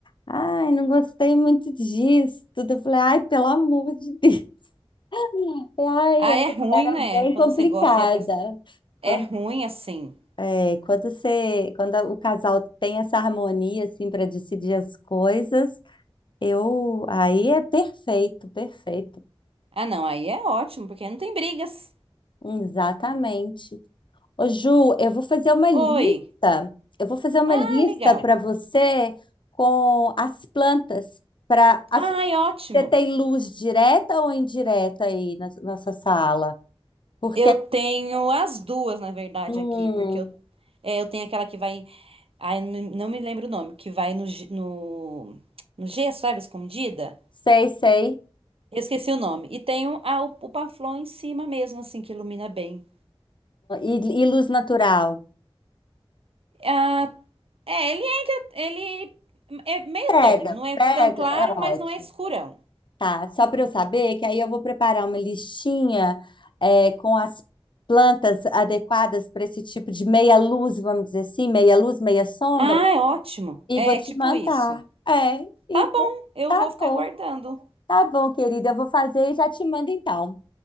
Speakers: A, on the left (about 55°); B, on the right (about 70°).
A: ai, não gostei muito disso, tudo. Eu falei, ai, pelo amor de Deus. <laughs> Ai,
B: Ah, é ruim, né?
A: bem
B: Quando
A: complicada.
B: você gosta e a pessoa... é
A: Quando,
B: ruim assim.
A: é, quando você, quando o casal tem essa harmonia assim para decidir as coisas, eu aí é perfeito, perfeito.
B: Ah, não, aí é ótimo, porque não tem brigas.
A: Exatamente. Ô, Ju, eu vou fazer uma
B: Oi.
A: lista. Eu vou fazer uma
B: Ah,
A: lista
B: legal.
A: para você com as plantas para
B: Ai, ótimo.
A: você tem luz direta ou indireta aí na nossa sala? Porque
B: Eu tenho as duas, na verdade,
A: hum,
B: aqui, porque eu, é, eu tenho aquela que vai. Ai, n- não me lembro o nome, que vai no, ge- no, no gesso, sabe, escondida?
A: sei, sei.
B: Eu esqueci o nome. E tenho a, o, o Paflon em cima mesmo, assim, que ilumina bem.
A: E, e luz natural.
B: Ah, é, ele entra. Ele é meio
A: Pega,
B: termo, não é
A: pega,
B: tão claro,
A: é ótimo.
B: mas não é escurão.
A: Tá, só para eu saber que aí eu vou preparar uma listinha é, com as plantas adequadas para esse tipo de meia luz, vamos dizer assim, meia luz, meia sombra,
B: Ah, é ótimo.
A: e
B: É
A: vou te
B: tipo
A: mandar.
B: isso.
A: É, então,
B: Tá bom, eu
A: tá
B: vou ficar
A: bom,
B: aguardando.
A: tá bom, querida, eu vou fazer e já te mando então.